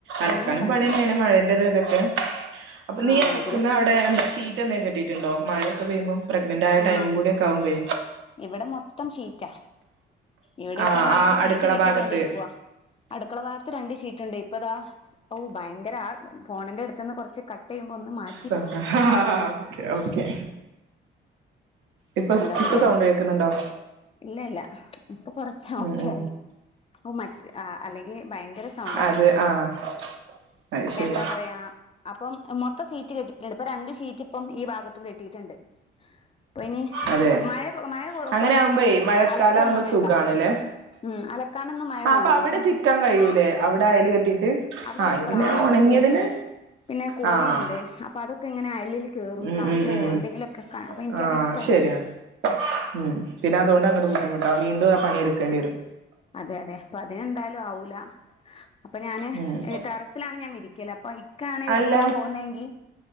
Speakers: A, on the right; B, on the left.
A: അലക്കാനും
B: നല്ല പണിയാണ്
A: പണിയെന്നെയാണ് മഴേന്റെതിലൊക്കെ അപ്പ
B: ആ
A: നീ അലക്കുന്ന
B: അതില്
A: അവിടെ എന്താ ഷീറ്റ് എന്തെ കെട്ടീട്ടുണ്ടോ മഴയൊക്കെ പെയ്യുമ്പം പ്രഗ്നന്റന്റായ
B: ആ
A: ടൈമും കൂടി ഒക്കെ ആവുമ്പെ
B: ഇവിടെ മൊത്തം ഷീറ്റാ ഇവിടെ
A: ആഹ്
B: ഇപ്പതാ
A: ആ
B: ഇപ്പൊ
A: അടുക്കള
B: ഷീറ്റ് കെട്ടിക്കൊണ്ടിരിക്കുവാ
A: ഭാഗത്ത്
B: അടുക്കള ഭാഗത്ത് രണ്ട് ഷീറ്റുണ്ട് ഇപ്പൊ ഇതാ ഓ ഭയങ്കര ആ ഫോണിന്റെ അടുത്ത്ന്ന് കൊറച്ച് കട്ട് ചെയ്യുമ്പോ ഒന്ന് മാറ്റ്
A: സൗണ്ടാ ആഹ് ഓക്കെ ഓക്കെ ഇപ്പൊ
B: എന്താ
A: ഇപ്പൊ
B: പറയാ
A: സൗണ്ട് കേൾക്കുന്നുണ്ടോ
B: ഇല്ല ഇല്ലാ ഇപ്പൊ കൊറച്ച് ഓക്കെ
A: ഉം ഉം
B: ആയി ഓഹ് മറ്റ് ആഹ് അല്ലെങ്കി ഭയങ്കര സൗണ്ടായിരുന്നു
A: അത് ആഹ് അത് ശരി
B: എന്താ പറയാ അപ്പം മൊത്തം ഷീറ്റ് കെട്ടിയിട്ട്ണ്ട് ഇപ്പൊ രണ്ട് ഷീറ്റ് ഇപ്പം ഈ ഭാഗത്തും കെട്ടിയിട്ട്ണ്ട് അപ്പൊ ഇനി
A: അതെ
B: സു മഴ മഴ
A: അങ്ങനെ
B: കൊണ്ട്
A: ആകുമ്പോയേ
B: നമ്മള്
A: മഴക്കാലം
B: അലക്കൊന്നും
A: ആകുമ്പോ
B: വേണ്ടാ
A: സുഖാണല്ലേ
B: ഉം അലക്കാനൊന്നും മഴ
A: ആഹ്
B: കൊള്ളൂലാ
A: അപ്പൊ അവിടെ
B: അപ്പം
A: ചിക്കാൻ കഴിയൂലേ അവിടെ അയല് കെട്ടിയിട്ട്
B: അവിടൊരു
A: ആഹ് ഇത്
B: പ്രാവ്ണ്ട്
A: പിന്നെ ഉണങ്ങിയതിന്
B: പിന്നെ കോഴിയുണ്ട്
A: ആഹ്
B: അപ്പ അതൊക്കെ ഇങ്ങനെ അയലില് കേറും
A: ഉം
B: കാക്കയോ
A: ഉം ഉം
B: എന്തെങ്കിലൊക്കെ കാ അപ്പോ എനിക്കത്ഷ്
A: ആഹ് ശരിയാണ് ഉം പിന്നെ അതുകൊണ്ട് അങ്ങട് ബുദ്ധിമുട്ടാ വീണ്ടും ആ പണിയെടുക്കേണ്ടി വെരും
B: അതെ അതെ അപ്പ അതിന് എന്തായാലും ആവൂലാ അപ്പൊ ഞാന്
A: ഉം
B: ഏഹ് ടെറസിലാണ് ഞാൻ വിരിക്കല് അപ്പൊ ഇക്ക ആണ് വിരിക്കാൻ
A: അല്ല
B: പോകുന്നതെങ്കി